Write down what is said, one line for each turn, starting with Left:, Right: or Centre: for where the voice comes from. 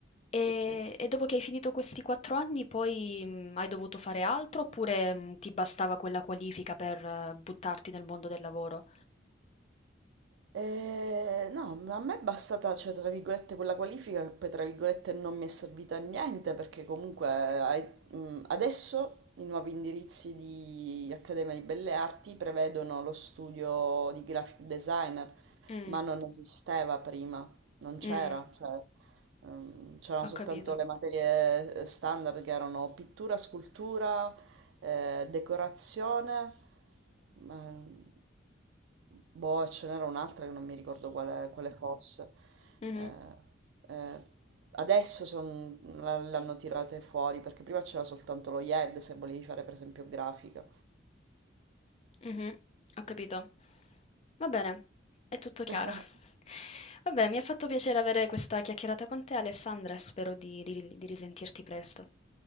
Left: E
Right: Sì, sì.
Left: e dopo che hai finito questi 4 anni poi, mhmm, hai dovuto fare altro oppure, mhmm, ti bastava quella qualifica per eh, buttarti nel mondo del lavoro?
Right: Eh, no, ma a me è bastata, cioè, tra virgolette, quella qualifica che poi, tra virgolette, non mi è servita a niente perché comunque ai- mh, adesso i nuovi indirizzi di Accademia di Belle Arti prevedono lo studio di graphic designer,
Left: Mh,
Right: ma non esisteva prima, non c'era,
Left: mh,
Right: cioè, ehm, c'erano
Left: ho
Right: soltanto
Left: capito.
Right: le materie eh, standard che erano pittura, scultura, eh, decorazione, ma- mm, boh, ce n'era un'altra che non mi ricordo quale, quale fosse.
Left: Mh-mh.
Right: Eh, eh, adesso son- la- l'hanno tirate fuori perché prima c'era soltanto lo YED se volevi fare per esempio grafica.
Left: Mh-mh, ho capito. Va bene, è tutto chiaro.
Right: <laughs>
Left: <laughs> Vabbè, mi ha fatto piacere avere questa chiacchierata con te, Alessandra, e spero di ri di risentirti presto.